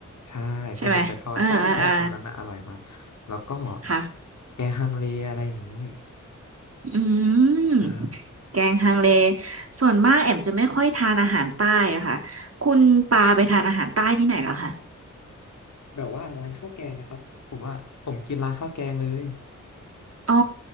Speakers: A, on the left (about 65°); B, on the right (about 50°).
A: ใช่เส้นเอาไปทอดใช่ใช่ใช่ตอนนั้นนะอร่อยมากแล้วก็
B: ใช่ไหมอ่าอ่าอ่าค่ะ
A: แกงฮังเลอะไรอย่างนี้
B: อืม
A: ใช่
B: แกงฮังเลส่วนมากแอมจะไม่ค่อยทานอาหารใต้อะค่ะคุณปาไปทานอาหารใต้ที่ไหนเหรอคะ
A: แบบว่าร้านข้าวแกงนะครับผมว่าผมกินร้านข้าวแกงเลย
B: อ๋อ